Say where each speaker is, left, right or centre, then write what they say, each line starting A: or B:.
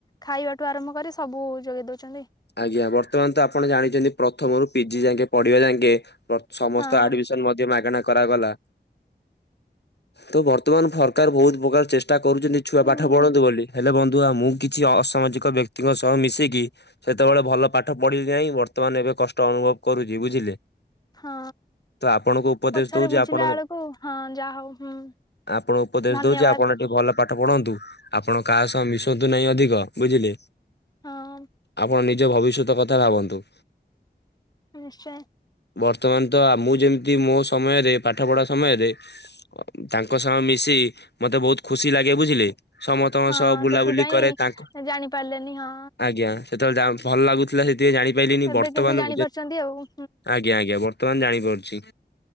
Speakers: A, on the left; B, on the left.
A: ଖାଇବାଠୁ ଆରମ୍ଭ କରି ସବୁ ଯୋଗାଇ ଦେଉଛନ୍ତି।
B: ଆଜ୍ଞା ବର୍ତ୍ତମାନ ତ ଆପଣ ଜାଣିଛନ୍ତି ପ୍ରଥମରୁ ପିଜି ଯାଇକେ ପଢିବା ଯାଙ୍କେ ସମସ୍ତ
A: ହଁ
B: ଆଡମିସନ ମଧ୍ୟ ମାଗଣା କରାଗଲା। ତ ବର୍ତ୍ତମାନ ସରକାର ବହୁତ ପ୍ରକାର ଚେଷ୍ଟା କରୁଛନ୍ତି ଛୁଆ
A: ହୁଁ
B: ପାଠ ପଢନ୍ତୁ ବୋଲି ହେଲେ ବନ୍ଧୁ ମୁଁ କିଛି ଅସାମାଜିକ ବ୍ୟକ୍ତିଙ୍କ ସହ ମିଶିକି ସେତେବେଳେ ଭଲ ପାଠ ପଢିଲି ନାହିଁ ବର୍ତ୍ତମାନ ଏବେ କଷ୍ଟ ଅନୁଭବ କରୁଛି ବୁଝିଲେ।
A: ହଁ
B: ତ ଆପଣଙ୍କୁ ଉପଦେଶ
A: ପଛରେ
B: ଦଉଛି
A: ବୁଝିଲା
B: ଆପଣ
A: ଳାକୁ ହଁ ଯାହା ହଉ ହୁଁ।
B: ଆପଣ ଉପଦେଶ
A: ଧନ୍ୟବାଦ
B: ଦଉଛି ଆପଣ ଟିକେ ଭଲ ପାଠ ପଢନ୍ତୁ ଆପଣ କାହା ସହ ମିଶନ୍ତୁ ନାହିଁ ଅଧିକ ବୁଝିଲେ।
A: ହଁ।
B: ଆପଣ ନିଜ ଭବିଷ୍ୟତ କଥା ଭାବନ୍ତୁ।
A: ନିଶ୍ଚୟ।
B: ବର୍ତ୍ତମାନ ତ ଆ ମୁଁ ଯେମିତି ମୋ ସମୟରେ ପାଠ ପଢ଼ା ସମୟରେ ତାଙ୍କ ସହ ମିଶି ମତେ ବହୁତ ଖୁସି ଲାଗେ ବୁଝିଲେ। ସମସ୍ତଙ୍କ
A: ହଁ
B: ସହ ବୁଲାବୁଲି
A: ସେଥିପାଇଁ
B: କରେ ତାଙ୍କ
A: ଜାଣି ପାରିଲେନି ହଁ
B: ଆଜ୍ଞା। ସେତେ ବେଳେ ଯା ଭଲ ଲାଗୁଥିଲା ସେତିିରେ ଜାଣି ପାଇଲିିନି
A: ଏବେ
B: ବର୍ତ୍ତମାନ
A: କିନ୍ତୁ ଜାଣିପାରୁଛନ୍ତି ଆଉ ହୁଁ।
B: ଆଜ୍ଞା ଆଜ୍ଞା ବ ବର୍ତ୍ତମାନ ଜାଣିପାରୁଛି।